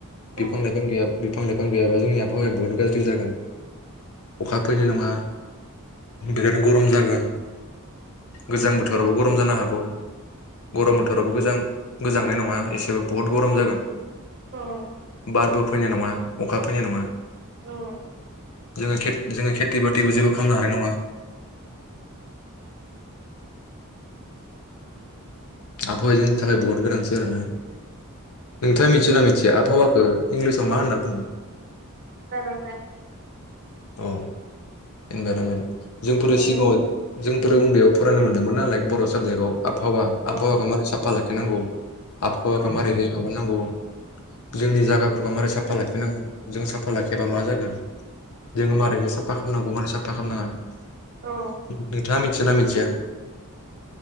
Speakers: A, on the right (about 50°); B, on the left (about 70°).
A: औ
B: बिफां लाइफां गैयाबा बिफां लाइफां गैयाबा जोंनि आबहावाया बुहुत गाज्रि जागोन अखा फैनाय नङा बिराद गरम जागोन गोजां बोथोरावबो गरम जानो हागौ गरम बोथोरावबो गोजां गोजांनाय नङा एसेबो बहुत गरम जागोन।
A: औ
B: बारबो फैनाय नङा। अखा फैनाय नङा
A: औ
B: जोंङो खे जोंङो खेथि बाथिबो जेबो खालामनो हानाय नङा। आबहावाजोंनि थाखाय बहुद गोनांथि आरोना नोंथाङा मिथिय ना मिथिया आबहावाखौ इंलिसाव मा होनना बुङो?
A: इनभाइरमेन्ट
B: औ इनभाइरमेन्ट जोंफोरो
A: औ
B: सिगाङाव जोंफोर उन्दैयाव फरायनो मोनदोंमोन नालाइ बर' साबजेक्टआव आबहावा
A: औ
B: आबहावाखौ मारै साफा लाखिनांगौ आबहावाखौ
A: औ
B: मारैहाय माबा नांगौ जोंनि जायगाफोर मारै साफा
A: उम
B: लाखिनांगौ जों सा फा लाखियाबा मा जागोन जोङो मा साफा खालामनांगौ मारै साफा खालामनाङा नोंथाङा
A: औ
B: मिथि मिथियोना मिथिया